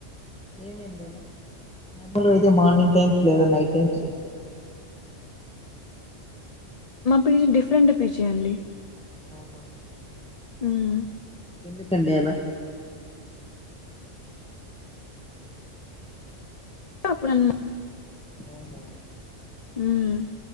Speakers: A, in the centre; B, on the left (about 35°).
A: ఏమండి అలా మాార్మలుగా అయితే మార్నింగ్ టైమ్స్ లేదా నైట్ టైమ్స్ చేస్తారు మీదా
B: మా పిజ డిఫరెంట్ పీజి అండి
A: అవునా
B: హమ్
A: ఎందుకండి అలా
B: అప్పుడన్ము
A: అవునా
B: హ్మ్.